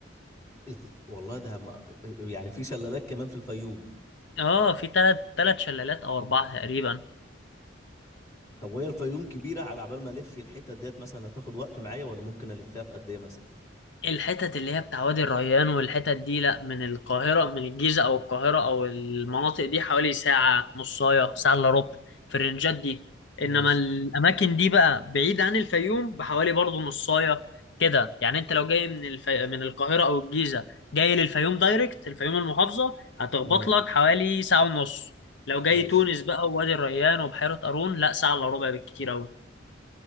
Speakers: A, on the left; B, on the left.
A: ات- والله ده ما... يعني في شلالات كمان في الفيوم
B: <laughs> اه في تلات تلات شلالات او اربعة تقريبا
A: طب وهي الفيوم كبيره على عبال ما الف الحته ديت مثلا هتاخد وقت معايا ولا ممكن الفها في قد ايه مثلا
B: الحتت اللي هي بتاع وادي الريان والحتت دي لا من القاهرة من الجيزة أو القاهرة أو المناطق دي حوالي ساعة نصاية ساعة إلا ربع في الرنجات دي إنما
A: ماشي
B: الأماكن دي بقى بعيد عن الفيوم بحوالي برضه نصاية كده يعني أنت لو جاي من الفي... من القاهرة أو الجيزة جاي للفيوم دايركت الفيوم المحافظة هتخبط
A: امم
B: لك حوالي ساعة ونص لو
A: ماشي
B: جاي تونس بقى ووادي الريان وبحيرة قارون لا ساعة إلا ربع بالكتير أوي